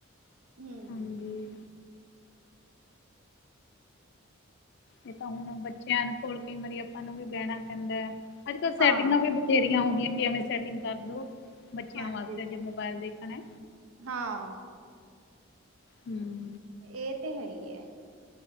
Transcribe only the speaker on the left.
ਹਾਂਜੀ ਇਹ ਤਾਂ ਹੁਣ ਬੱਚਿਆਂ ਕੋਲ ਕਈ ਵਾਰੀ ਆਪਾਂ ਨੂੰ ਵੀ ਬਹਿਣਾ ਪੈਂਦਾ ਹੈ ਅੱਜ ਕੱਲ ਸੈਟਿੰਗਾਂ
ਵੀ ਬਥੇਰੀਆਂ ਹੋ ਗਈਆਂ ਕਿਵੇਂ ਸੈਟਿੰਗ ਕਰਦੋ ਬੱਚਿਆਂ
ਵਾਸਤੇੇ ਜੇ ਮੋਬਾਇਲ ਦੇਖਣਾ ਹੈ।
ਹੂੰ